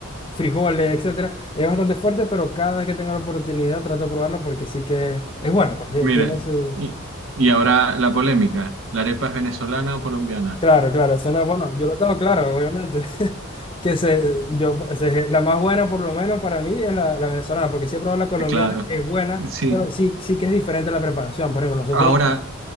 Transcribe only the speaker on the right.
Mira,
y, y ahora la polémica, ¿la arepa es venezolana o colombiana?
Eh, Claro,
sí.
Ahora,